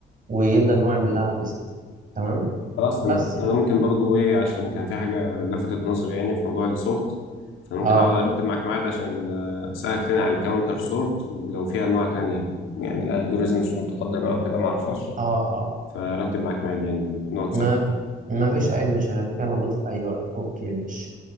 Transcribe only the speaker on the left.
مم.
خلاص
تمام
انا ممكن برضو ايه عشان كان في حاجه لفتت نظري يعني في موضوع السورت فانا
ممكن اقعد ارتب معاك ميعاد عشان آه، اسالك تاني على الكاونتر سورت ولو في انواع تانية يعني الالجوريزمز متقدمه او كده ما اعرفهاش
فرتب معاك ميعاد يعني نقعد
سوا